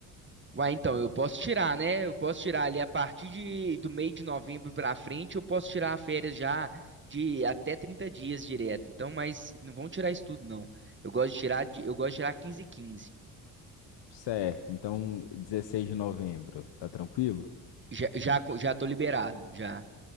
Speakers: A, on the right (about 25°); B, on the left (about 60°).
A: Uai, então, eu posso tirar, né? Eu posso tirar ali a partir de, do meio de novembro pra frente, eu posso tirar férias já de até 30 dias direto. Então, mas não vão tirar isso tudo, não. Eu gosto de tirar, de- eu gosto de tirar 15 e 15.
B: Certo, então 16 de novembro, tá tranquilo?
A: Já, já, co- já tô liberado, já.